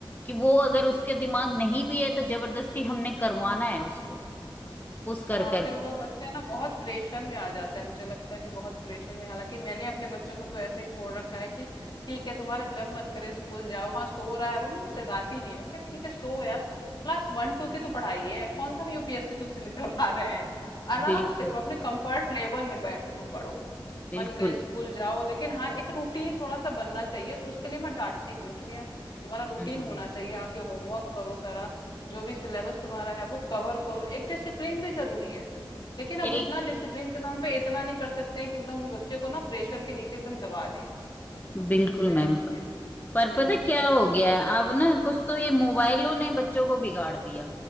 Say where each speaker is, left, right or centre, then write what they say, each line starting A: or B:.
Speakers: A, on the left; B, on the left.
A: कि वो अगर उसके दिमाग नहीं भी है तो जबरदस्ती हमने करवाना है उसको पुश कर
B: हाँ
A: कर
B: फिर वो बच्चा ना बहुत प्रेशर में आ जाता है मुझे लगता है कि बहुत प्रेशर में हालांकि मैंने अपने बच्चों को तो ऐसे ही छोड़ रखा है कि ठीक है तुम्हारा जब मन करे स्कूल जाओ हाँ सो रहा है वो मैं जगाती नहीं हूँ मैं कहा ठीक है सो यार क्लास वन टू की तो पढ़ाई है कौन सा भी यूपीएससी तुमसे निकलवा रहे हैं आराम
A: बिल्कुल
B: से प- अपने कंफर्ट लेवल में बैठ के तुम पढ़ो
A: बिल्कुल
B: मन करे स्कूल जाओ लेकिन हाँ एक रूटीन थोड़ा सा बनना चाहिए तो उसके लिए मैं डांटती भी हूँ कि नहीं यार तुम्हारा रूटीन
A: हम्म,
B: होना चाहिए आके होमवर्क करो सारा जो भी सिलेबस तुम्हारा है वो कवर करो एक डिसिप्लिन भी जरूरी है लेकिन अब
A: एक
B: इतना डिसिप्लिन के नाम पे इतना नहीं कर सकते हैं कि एकदम उस बच्चे को ना प्रेशर के नीचे एकदम दबा दें आप
A: बिल्कुल
B: समझ रहे
A: मैम
B: हो ये चीजें हम्म
A: पर पता क्या
B: हम्म
A: हो गया है अब ना कुछ तो ये मोबाइलों ने बच्चों को बिगाड़ दिया